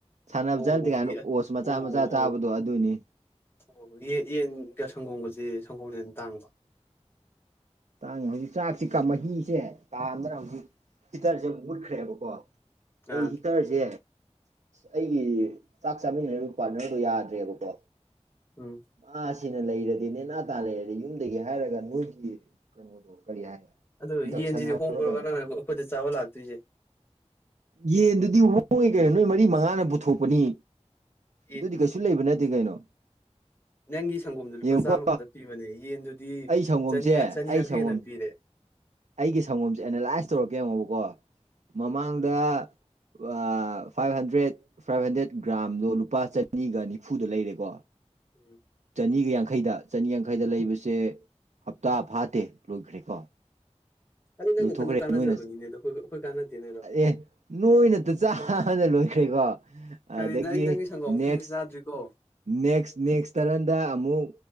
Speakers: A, on the right (about 80°); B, on the left (about 20°).
A: ꯁꯥꯟꯅꯕ
B: ꯑꯣ
A: ꯆꯠꯇ꯭ꯔꯤꯒꯥꯟ
B: ꯑꯣ
A: ꯑꯣꯁ ꯃꯆꯥ
B: ꯑꯣ
A: ꯃꯆꯥ ꯆꯥꯕꯗꯣ ꯑꯗꯨꯅꯤ
B: ꯑꯣ ꯌꯦꯟꯒ ꯁꯪꯒꯣꯝꯒꯁꯦ ꯁꯪꯒꯣꯝꯅ ꯍꯟꯅ ꯇꯥꯡꯕ꯭ꯔꯣ
A: ꯇꯥꯡꯉꯦ ꯍꯧꯖꯤꯛ ꯆꯥꯛꯁꯤ ꯀꯥ ꯃꯍꯤꯁꯦ ꯀꯥꯝꯗꯅ ꯍꯧꯖꯤꯛ ꯍꯤꯇꯥꯔꯁꯦ ꯑꯃꯨꯛ ꯃꯨꯠꯈ꯭ꯔꯦꯕꯀꯣ ꯑꯩ
B: ꯑꯥ
A: ꯍꯤꯇꯥꯔꯁꯦ ꯑꯩꯒꯤ ꯆꯥꯛ ꯆꯥꯃꯤꯟꯅꯔꯤꯕ ꯄꯥꯠꯅꯥꯔꯗꯣ ꯌꯥꯗ꯭ꯔꯦꯕꯀꯣ
B: ꯎꯝ
A: ꯃꯥꯁꯤꯅ ꯂꯩꯔꯗꯤ ꯅꯦꯅꯥ ꯇꯥ ꯂꯩꯔꯗꯤ ꯌꯨꯝꯗꯒꯤ ꯍꯥꯏꯔꯒ ꯅꯣꯏꯒꯤ ꯀꯩꯅꯣꯗꯣ ꯀꯔꯤ ꯍꯥꯏ
B: ꯑꯗꯨ
A: ꯏꯟꯗꯛꯁꯟ
B: ꯌꯦꯟꯁꯤꯗꯤ
A: ꯍꯥꯏꯕ꯭ꯔꯥ
B: ꯍꯣꯡꯕ꯭ꯔꯥ
A: ꯀꯩꯅꯣ
B: ꯅꯪꯅ ꯑꯩꯈꯣꯏꯗ ꯆꯥꯕ ꯂꯥꯛꯇꯣꯏꯁꯤ
A: ꯌꯦꯟꯗꯨꯗꯤ ꯍꯣꯏꯉꯤ ꯀꯩꯅꯣ ꯅꯣꯏ ꯃꯔꯤ ꯃꯉꯥꯅ ꯄꯨꯊꯣꯛꯄꯅꯤ
B: ꯑꯦ
A: ꯑꯗꯨꯗꯤ ꯀꯩꯁꯨ ꯂꯩꯕ ꯅꯠꯇꯦ ꯀꯩꯅꯣ
B: ꯅꯪꯒꯤ ꯁꯪꯒꯣꯝꯗ ꯂꯨꯄꯥ
A: ꯌꯦꯡꯉꯨꯀꯣ
B: ꯆꯥꯝꯃ ꯈꯛꯇ ꯄꯤꯕꯅꯦ ꯌꯦꯟꯗꯨꯗꯤ
A: ꯑꯩ ꯁꯪꯒꯣꯝꯁꯦ
B: ꯆ ꯆꯥꯅꯤꯌꯥꯡꯈꯩ
A: ꯑꯩ ꯁꯪꯒꯣꯝ
B: ꯍꯦꯟꯅ ꯄꯤ ꯄꯤꯔꯦ
A: ꯑꯩꯒꯤ ꯁꯪꯒꯣꯝꯁꯦ ꯑꯦꯅꯥꯂꯥꯏꯁ ꯇꯧꯔꯛꯀꯦ ꯌꯦꯡꯉꯣꯕꯀꯣ ꯃꯃꯥꯡꯗ
B: ꯑꯥ
A: ꯑꯥ ꯐꯥꯏꯚ ꯍꯟꯗ꯭ꯔꯦꯠ ꯐꯥꯏꯚ ꯍꯟꯗ꯭ꯔꯦꯠ ꯒ꯭ꯔꯥꯝꯗꯣ ꯂꯨꯄꯥ ꯆꯅꯤꯒ ꯅꯤꯐꯨꯗ ꯂꯩꯔꯦꯀꯣ
B: ꯎꯝ
A: ꯆꯥꯅꯤꯒ ꯌꯥꯡꯈꯩꯗ ꯆꯥꯅꯤ ꯌꯥꯡꯈꯩꯗ ꯂꯩꯕꯁꯦ ꯍꯞꯇꯥ ꯐꯥꯠꯇꯦ ꯂꯣꯏꯈ꯭ꯔꯦꯀꯣ
B: ꯑꯗꯨ ꯅꯪ
A: ꯂꯣꯏꯊꯣꯛꯈ꯭ꯔꯦ
B: ꯅꯊꯟꯗ ꯀꯥꯟꯅꯖꯕꯅꯤꯅꯦ
A: ꯅꯣꯏꯅ
B: ꯑꯗꯣ ꯑꯩꯈꯣꯏ ꯑꯩꯈꯣꯏ ꯀꯥꯟꯅꯗꯦꯅꯦ ꯑꯗꯣ
A: ꯑꯦ ꯑꯦ ꯅꯣꯏꯅ ꯇꯥ ꯆꯥꯕꯗ ꯂꯣꯏꯈ꯭ꯔꯦꯀꯣ
B: ꯀꯔꯤꯅꯣ
A: ꯑꯗꯒꯤ
B: ꯑꯩ ꯅꯪꯒꯤ ꯁꯪꯒꯣꯝ ꯑꯃꯨꯛꯇꯁꯨ
A: ꯅꯦꯛꯁ
B: ꯆꯥꯗ꯭ꯔꯤꯀꯣ
A: ꯅꯦꯛꯁ ꯅꯦꯛꯁ ꯇꯥꯔꯟꯗ ꯑꯃꯨꯛ